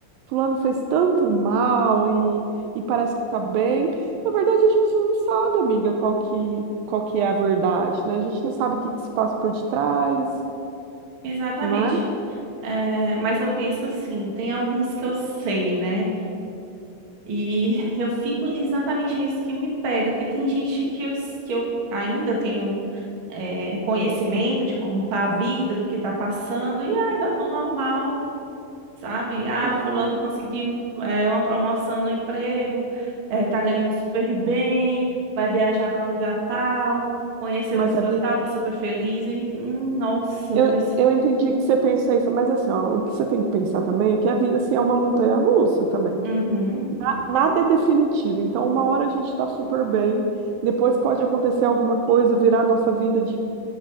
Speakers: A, on the right; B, on the right.
A: fulano fez tanto mal e, e parece que tá bem. Na verdade, a gente não sabe, amiga, qual que, qual que é a verdade, né? A gente não sabe o que que se passa por detrás,
B: exatamente.
A: né?
B: É, mas eu penso assim, tem alguns que eu sei, né? E <laughs> eu fico exatamente é isso que me pega, que tem gente que eu, s- que eu ainda tenho é, conhecimento de como tá a vida, do que tá passando, e ai, tá tão normal. sabe? Ah,
A: Ah,
B: fulano conseguiu é, uma promoção no emprego, é, tá ganhando super bem, vai viajar para lugar tal, conheceu
A: mas,
B: pessoa
A: Abi,
B: tal, tá super feliz, hein? Hum, nossa,
A: eu,
B: pessoa.
A: eu entendi que você pensa isso, mas assim, ó, o que você tem que pensar também é que a vida, assim, é uma montanha-russa também.
B: Uhum,
A: Nada é definitivo. Então, uma hora a gente está super bem, depois pode acontecer alguma coisa, virar a nossa vida de